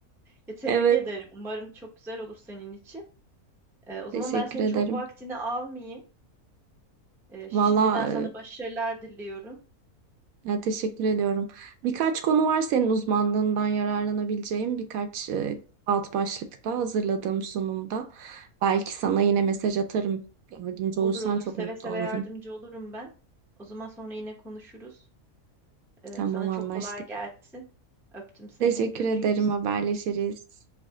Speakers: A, in the centre; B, on the right.
A: Ya, tebrik
B: Evet,
A: ederim. Umarım çok güzel olur senin için. Ee, o zaman
B: teşekkür
A: ben senin
B: ederim.
A: çok vaktini almayayım. Ee,
B: Valla
A: şimdiden sana başarılar diliyorum.
B: Ya, teşekkür ediyorum. Birkaç konu var senin uzmanlığından yararlanabileceğim birkaç e, alt başlıkta hazırladığım sunumda. Belki sana yine mesaj atarım. Yardımcı
A: Olur
B: olursan
A: olur.
B: çok
A: Seve
B: mutlu
A: seve
B: olurum.
A: yardımcı olurum ben. O zaman sonra yine konuşuruz. Ee,
B: Tamam
A: sana çok
B: anlaştık.
A: kolay gelsin. Öptüm seni.
B: Teşekkür
A: Görüşürüz.
B: ederim. Haberleşiriz.